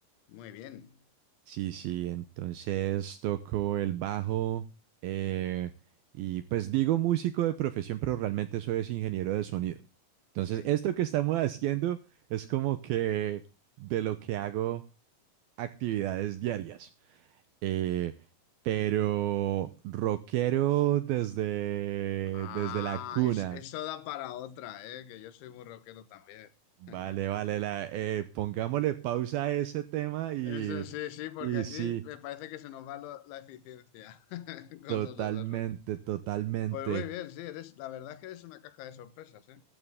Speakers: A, on the left; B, on the right.
A: muy bien.
B: Sí, sí, entonces toco el bajo eh, y pues digo músico de profesión, pero realmente soy es ingeniero de sonido. Entonces,
A: Sí.
B: esto que estamos haciendo es como que de lo que hago actividades diarias. Eh, pero rockero desde,
A: Ah,
B: desde la cuna.
A: es- eso da para otra, ¿eh? Que yo soy muy rockero también.
B: Vale,
A: <laughs>
B: vale, la, eh, pongámosle pausa a ese tema y,
A: Eso sí, sí, porque
B: y
A: aquí
B: sí,
A: me parece que se nos va lo- la eficiencia <laughs> con
B: totalmente,
A: los de la rock.
B: totalmente.
A: Pues muy bien, sí, eres, la verdad es que eres una caja de sorpresas, ¿eh?